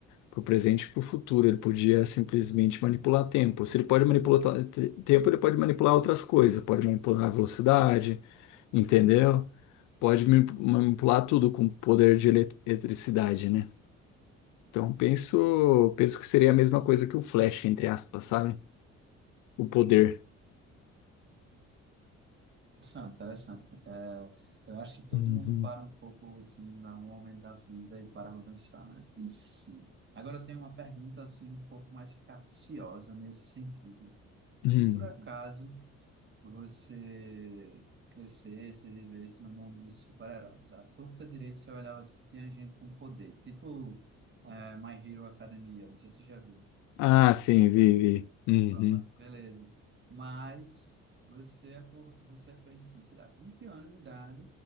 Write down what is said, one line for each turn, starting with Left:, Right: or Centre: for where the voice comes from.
Left: para o presente e para o futuro. Ele podia simplesmente manipular tempo. Se ele pode manipular ta- te- tempo, ele pode manipular outras coisas. Pode manipular a velocidade, entendeu? Pode mani- manipular tudo com poder de elet- eletricidade, né? Então penso, penso que seria a mesma coisa que o Flash, entre aspas, sabe? O poder.
Right: Interessante, interessante. É, eu acho que todo
Left: Uhum.
Right: mundo para um pouco assim, em algum momento da vida e para pra pensar, né? E se? Agora eu tenho uma pergunta assim, um pouco mais capciosa nesse sentido.
Left: Uhum.
Right: Se por acaso você crescesse, vivesse no mundo de super-heróis, à torta direita você olhava assim, tinha gente com poder, tipo é, My Hero Academia, não sei se você já viu.
Left: Ah, sim, Vivi. Uhum.
Right: Pronto, beleza. Mas você, acor- você fez assim, sei lá, 20 anos de idade